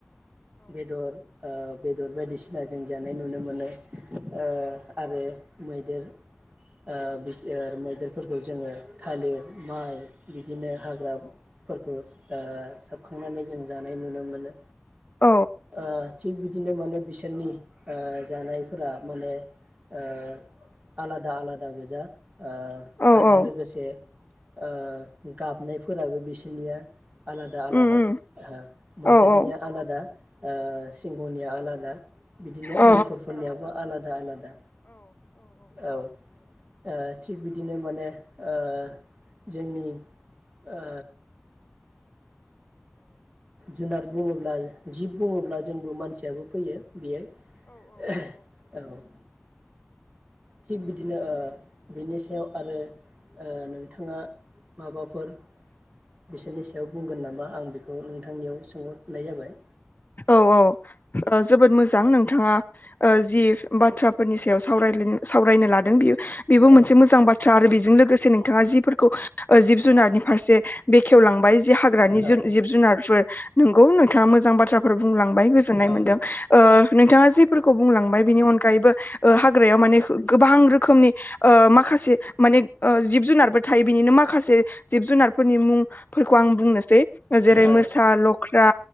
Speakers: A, on the right; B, on the left.
A: बेदर ओ बेदर बायदिसिना जों जानाय नुनो मोनो। ओ आरो मैदेर ओ मैदेरफोरखौ जोङो थालिर माइ बिदिनो हाग्राफोरखौ सोबखांनानै जों जानाय नुनो मोनो
B: औ
A: ओ थिग बिदिनो माने बिसोरनि ओ जानायफोरा माने ओ आलादा आलादा गोजा, ओ
B: औ
A: आरो
B: औ
A: लोगोसे ओ गाबनायफोराबो बिसोरनिया आलादा आलादा
B: उम उम
A: मैदेरनिया
B: औ औ
A: आलादा सिंहनिया आलादा बिदिनो
B: औ
A: मुफुरफोरनियाबो आलादा आलादा औ ओ थिग बिदिनो माने ओ जोंनि ओ जुनार बुङोब्ला जिब बुङोब्ला जोंबो मानसियाबो फैयो बियो औ थिग बिदिनो ओ बिनि सायाव आरो ओ नोंथाङा माबाफोर फोर बिसोरनि सायाव बुंगोन नामा आं बेखौ खौ नोंथांनियाव सोंहरनाय जाबाय
B: औ औ जोबोद मोजां नोंथाङा ओ जि बाथ्राफोरनि सायाव साव सावरायनो लादों बियो बेबो
A: औ
B: मोनसे मोजां बाथ्रा आरो बे जों लोगोसे नोंथाङा जिफोरखौ जिब जुनारनि फारसे बेखेवलांबाय जे हाग्रानि
A: औ
B: जु जिब जुनारफोर नोंगौ नोंथाङा मोजां बाथ्रा बुंलांबाय गोजोननाय
A: औ
B: मोन्दों ओ नोंथाङा जेफोरखौ बुंलांबाय बिनि अनगायैबो ओ हाग्रायाव माने गोबां रोखोमनि ओ माखासे माने ओ जिब जुनारबो थायो बिनिनो माखासे जिब जुनारफोरनि मुं फोरखौ आं बुंनोसै जेरै
A: औ
B: मोसा लख्रा